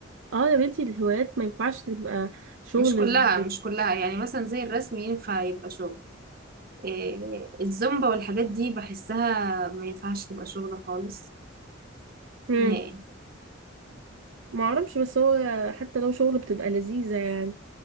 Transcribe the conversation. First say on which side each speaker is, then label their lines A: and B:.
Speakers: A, on the right (about 75°); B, on the right (about 50°).
A: اه يا بنتي الهوايات ما ينفعش تبقى شغل
B: مش كلها مش كلها يعني مثلا زي الرسم ينفع يبقى شغل إيه الزومبا والحاجات دي بحسها ما ينفعش تبقى شغل خالص
A: امم
B: نهائي
A: ما اعرفش بس هو حتى لو شغل بتبقى لذيذة يعني